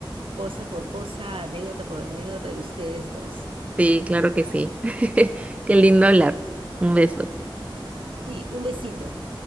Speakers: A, on the right (about 75°); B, on the right (about 15°).
A: cosa por cosa, anécdota por anécdota de ustedes dos.
B: Sí, claro que sí. <laughs> Qué lindo hablar. Un beso.
A: Sí, un besito.